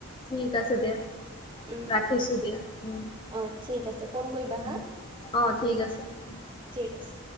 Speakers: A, on the left; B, on the right.
A: ঠিক আছে দিয়া।
B: উম
A: ৰাখিছো
B: উম,
A: দিয়া উম
B: অ' ঠিক আছে ফোন কৰিবা
A: উম
B: হা।
A: অ
B: উম,
A: ঠিক আছে
B: ঠিক আছে।